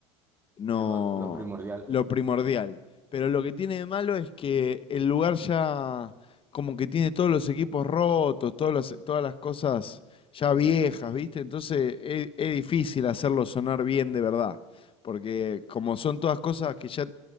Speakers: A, on the left; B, on the right.
A: no.
B: Eh, Lo, lo primordial.
A: Lo primordial. Pero lo que tiene de malo es que el lugar ya como que tiene todos los equipos rotos, todos los- todas las cosas ya viejas, ¿viste? Entonces es, es difícil hacerlo sonar bien de verdad. Porque como son todas cosas que ya